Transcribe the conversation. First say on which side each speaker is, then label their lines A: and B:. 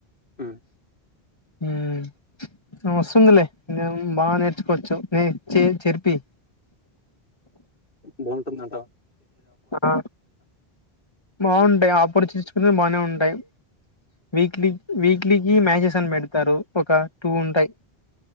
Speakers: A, on the left; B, on the left.
A: మ్మ్
B: మ్ వస్తుఉందిలే బాగా నేర్చుకొవచ్చు నే చే చెర్ పి
A: బావుంటుఉంది అంటవా
B: ఆ బావుంటాఅయి ఆఫ్పర్ చిర్చుకున్నై బానే ఉంటాయి వీక్లీ వీక్లీకి మ్యాచెస్ అని పెడ్ తారు ఒక టూ ఉంటాయి